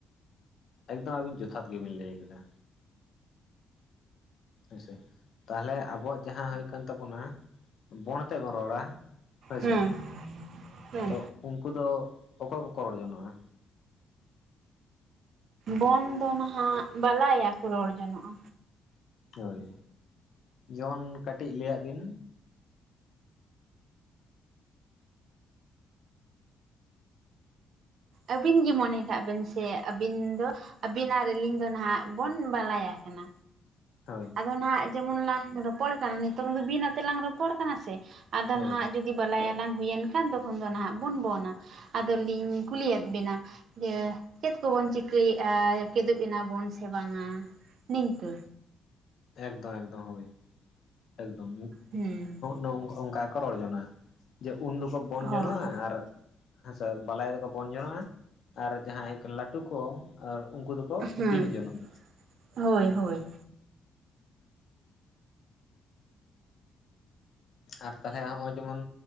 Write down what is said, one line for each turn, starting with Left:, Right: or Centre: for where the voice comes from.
Left: ᱮᱠᱫᱚᱢ ᱟᱵᱤᱱ ᱡᱚᱛᱷᱟᱛ ᱜᱮᱵᱤᱱ ᱞᱟᱹᱭ ᱠᱟᱫᱟ ᱦᱮᱸᱥᱮ ᱛᱟᱦᱚᱞᱮ ᱟᱵᱚᱣᱟᱜ ᱡᱟᱦᱟᱸ ᱦᱩᱭᱩᱜ ᱠᱟᱱ ᱛᱟᱵᱚᱱᱟ ᱵᱚᱱ ᱟᱛᱮ ᱵᱚᱱ ᱨᱚᱲᱟ ᱦᱳᱭ
Right: ᱦᱮᱸ
Left: ᱥᱮ
Right: ᱦᱮᱸ
Left: ᱛᱚ ᱩᱱᱠᱩ ᱫᱚ ᱚᱠᱚᱭ ᱠᱚᱠᱚ ᱨᱚᱲ ᱡᱚᱱᱚᱜᱼᱟ
Right: ᱵᱚᱱ ᱫᱚ ᱱᱟᱦᱟᱜ ᱵᱟᱞᱟᱭᱟᱠᱚ ᱨᱚᱲ ᱡᱚᱱᱚᱜᱼᱟ᱾
Left: ᱦᱳᱭ ᱡᱮᱢᱚᱱ ᱠᱟᱴᱤᱡ ᱞᱟᱹᱭᱟᱜ ᱵᱤᱱ
Right: ᱟᱵᱤᱱ ᱜᱮ ᱢᱚᱱᱮ ᱠᱟᱜ ᱵᱮᱱ ᱥᱮ ᱟᱵᱤᱱ ᱫᱚ ᱟᱵᱤᱱᱟᱜ ᱨᱤᱞᱤᱝ ᱫᱚ ᱱᱟᱦᱟᱜ ᱵᱚᱱ ᱵᱟᱞᱟᱭᱟ ᱠᱟᱱᱟ
Left: ᱦᱳᱭ
Right: ᱟᱫᱚ ᱱᱟᱦᱟᱜ ᱡᱮᱢᱚᱱ ᱞᱟᱝ ᱨᱚᱯᱚᱲ ᱠᱟᱱᱟ ᱱᱤᱛᱚᱝ ᱫᱚ ᱵᱤᱱ ᱟᱛᱮ ᱞᱟᱝ ᱨᱚᱯᱚᱲ ᱠᱟᱱᱟ ᱥᱮ ᱟᱫᱚ
Left: ᱦᱳᱭ
Right: ᱱᱟᱦᱟᱜ ᱡᱩ ᱫᱤ ᱵᱟᱞᱟᱭᱟᱞᱟᱝ ᱦᱩᱭᱮᱱ ᱠᱷᱟᱱ ᱛᱚᱠᱷᱚᱱ ᱫᱚ ᱱᱟᱦᱟᱜ ᱵᱚᱱ ᱵᱚᱱᱟ ᱟᱫ ᱞᱤᱧ ᱠᱩᱞᱤᱭᱮᱫ ᱵᱤᱱᱟ ᱡᱮ ᱪᱮᱫ ᱠᱚᱵᱚᱱ ᱪᱤᱠᱟᱹᱭᱮᱫᱼᱟ ᱠᱮᱫᱩᱵ ᱮᱱᱟᱵᱚᱱ ᱥᱮ ᱵᱟᱝᱟ ᱱᱤᱝᱠᱟᱹ᱾
Left: ᱮᱠᱫᱚᱢ ᱮᱠᱫᱚᱢ ᱦᱳᱭ ᱮᱠᱫᱚᱢ
Right: ᱦᱮᱸ
Left: ᱱᱚᱝᱠᱟ <unintelligible> ᱠᱚ ᱨᱚᱲ ᱡᱚᱱᱟᱜ-ᱟ ᱡᱮ ᱩᱱ ᱫᱚᱠᱚ ᱵᱚᱱ
Right: ᱦᱳᱭ
Left: ᱡᱚᱱᱚᱜᱼᱟ ᱟᱨ ᱦᱮᱸᱥᱮ ᱵᱟᱞᱟᱭ ᱫᱚᱠᱚ ᱵᱚᱱ ᱡᱚᱱᱚᱜᱼᱟ ᱟᱨ ᱡᱟᱦᱟᱸᱭ ᱠᱚ ᱞᱟᱴᱩ ᱠᱚ ᱟᱨ ᱩᱱᱠᱩ ᱫᱚᱠᱚ
Right: ᱦᱮᱸ
Left: ᱵᱤᱱ ᱡᱚᱱᱚᱜ-ᱟ
Right: ᱦᱳᱭ ᱦᱳᱭ,
Left: ᱟᱨ ᱛᱟᱦᱚᱞᱮ ᱦᱚᱸᱜᱼᱚᱭ ᱡᱮᱢᱚᱱ